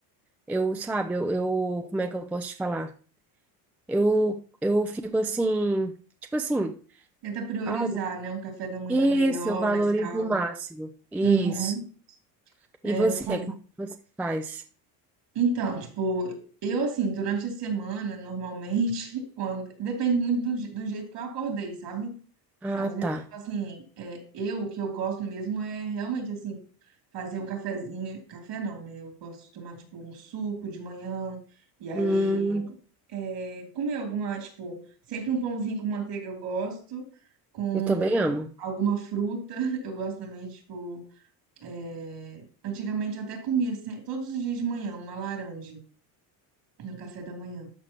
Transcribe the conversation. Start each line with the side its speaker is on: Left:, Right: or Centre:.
Centre: eu sabe, eu, eu, como é que eu posso te falar? Eu, eu fico assim, tipo assim,
Right: Tenta priorizar,
Centre: ah,
Right: né? Um café da manhã
Centre: isso,
Right: melhor,
Centre: eu valorizo
Right: mais calmo.
Centre: o máximo, isso.
Right: Uhum. É,
Centre: E você,
Right: sim.
Centre: como é que você faz?
Right: Então, tipo, eu assim, durante a semana, normalmente, <laughs> quando depende muito do, je- do jeito que eu acordei, sabe?
Centre: Ah,
Right: Às vezes,
Centre: tá.
Right: tipo assim, é, eu o que eu gosto mesmo é realmente assim fazer um cafezinho, café não, né? Eu gosto de tomar tipo um suco de manhã e aí
Centre: Hum,
Right: é, comer alguma, tipo, sempre um pãozinho com manteiga eu gosto, com
Centre: eu também amo.
Right: alguma fruta <laughs> eu gosto também, tipo, é, antigamente eu até comia se- todos os dias de manhã uma laranja no café da manhã.